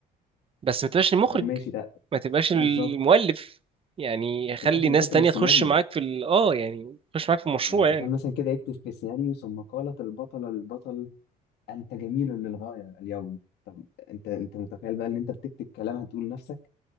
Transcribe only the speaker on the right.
بس ما تبقاش
المخرج
ما تبقاش
المؤلف يعني خلي
ناس
تانية
تخش معاك في ال... اه يعني تخش معاك في المشروع
يعني